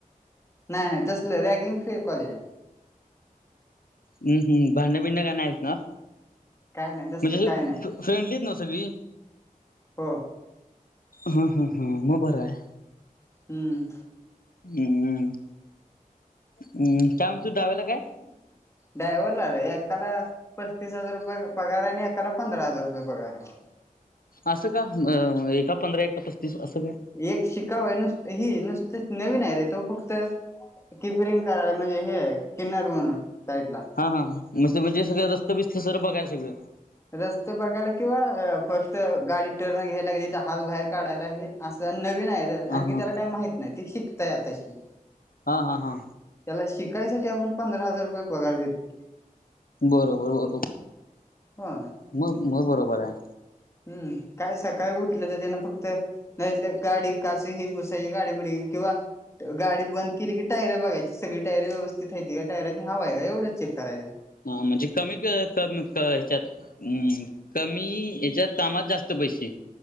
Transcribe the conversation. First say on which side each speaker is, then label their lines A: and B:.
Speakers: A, on the left; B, on the left.
A: नाही नाही तसलं रॅगिंग फ्री आहे कॉलेज.
B: हम हम भांडण बिडण काही नाहीत ना?
A: काय नाही तसलं
B: म्हणजेशी
A: काय नाही
B: फ्रेंडलीत नव सगळी?
A: हो
B: हा हा हा मग बर आहे.
A: हम्म.
B: हम्मम् हम्म काय म्ह तू डावेला काय
A: हम् <inaudible> ड्रायव्हरला रे एकाला पस्तीस हजार रुपये पगार आहे आणि एकाला पंधरा हजार रुपये पगार आहे.
B: असं का एका पंधरा एका पस्तीस असं का?
A: एक शिकावं आहे नुसत ही नुसतच नवीन आहे रे तो फक्त. किपरिंग करा म्हणजे हे किन्नर म्हणून साईड ला.
B: हा हां म म्हणजे सगळे रस्त बिस्त सर बघायला सगळं हिकड.
A: रस्त बघायला किंवा फक्त गाडी टर्न घ्यायला लागली तर हात बाहेर काढायला ह असं नवीन आहे. आणखी
B: हा हा
A: त्याला काही माहित नाही ती शिकताय आताशी
B: हा हा हा.
A: त्याला शिकायसाठी आपण पंधरा हजार रुपये पगार देतो.
B: बरोबर बरोबर
A: हो
B: मग मग बरोबर आहे.
A: हम्म काय सकाळी उठलं तर त्यान फक्त नाहीत गाडी काच ही पुसायची गाडी बिडी किंवा गाडी बंद केली की टायरे बघायची सगळी टायरे व्यवस्थित हयती का टायरनी हवा आहे का एवढच चेक करायचं.
B: हा म्हणजे कमी क क कमी ह्याच्यात. हम्म कमी याच्यात कामात जास्त पैसे.